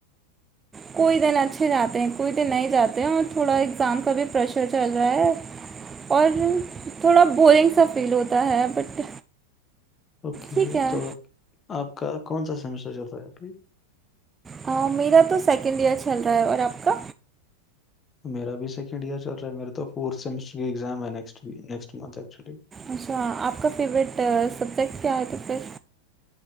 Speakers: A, on the left; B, on the right.
A: <inaudible>
B: کوئی دن اچھے جاتے ہیں کوئی دن نہیں جاتے ہیں اور تھوڑا اگزام کا بھی پریشر چل رہا ہے اور تھوڑا بورنگ سا فیل ہوتا ہے بٹ
A: اوکے
B: ٹھیک ہے
A: توب آپ کا کون سا سیمسٹر چل رہا ہے ابھائی
B: ہ میرا تو سیکنڈ ایئر چل رہا ہے اور آپ کا
A: میرا بھی سیکینڈ ایئر چ رہا ہےیرے تو فورتھمسٹر کی ایگزام ہے next week next month actually
B: اچھا آپ کا فیوریٹ سبجیکٹ کیا ہے تب پس